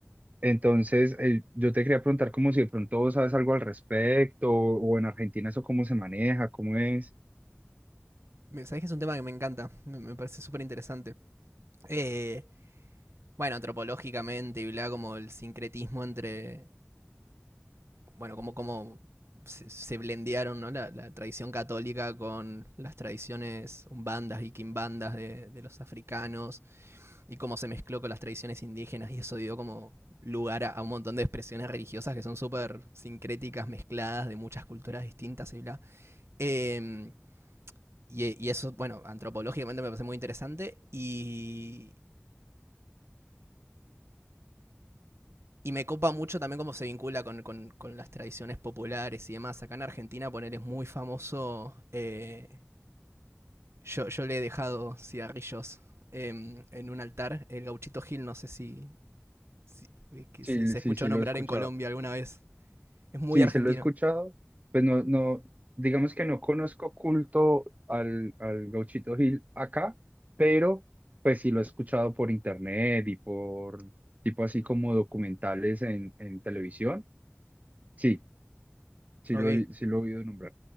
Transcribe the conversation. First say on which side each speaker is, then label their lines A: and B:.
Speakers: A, on the right (about 35°); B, on the right (about 70°).
A: Entonces, eh, yo te quería preguntar como si de pronto vos sabes algo al respecto o, en Argentina eso cómo se maneja, cómo es.
B: Sabés que es un tema que me encanta, me me parece súper interesante. Eh, bueno, antropológicamente y bla, como el sincretismo entre, bueno, como, como se, se blendearon ¿no? la, la tradición católica con las tradiciones umbandas y quimbandas de, de los africanos y cómo se mezcló con las tradiciones indígenas y eso dio como lugar a, a un montón de expresiones religiosas que son súper sincréticas, mezcladas de muchas culturas distintas y bla. Em, Y, y eso, bueno, antropológicamente me parece muy interesante y, y me copa mucho también cómo se vincula con, con- con las tradiciones populares y demás. Acá en Argentina, poner es muy famoso. eh, yo, yo le he dejado cigarrillos em, en un altar. El gauchito Gil, no sé si, si, eh,
A: Sí,
B: si se
A: sí,
B: escuchó
A: sí
B: nombrar
A: lo he escuchado.
B: en Colombia alguna vez. Es muy
A: Sí,
B: argentino.
A: se lo he escuchado, pues no, no, digamos que no conozco culto al, al Gauchito Gil acá, pero pues sí lo he escuchado por internet y por tipo así como documentales en, en televisión. Sí, sí
B: Ok.
A: lo, he- sí lo he oído nombrar.